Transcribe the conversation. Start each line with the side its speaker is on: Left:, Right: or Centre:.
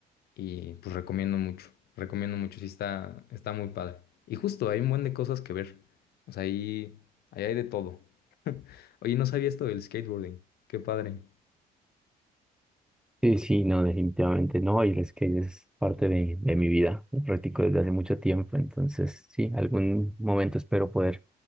Left: Y pues recomiendo mucho. Recomiendo mucho. Sí, está, está muy padre. Y justo hay un buen de cosas que ver. O sea, ahí, ahí hay de todo. Oye, no sabía esto del skateboarding. Qué padre.
Centre: Sí, sí, no, definitivamente no. Y el skate es parte de, de mi vida. Lo practico desde hace mucho tiempo. Entonces, sí, algún momento espero poder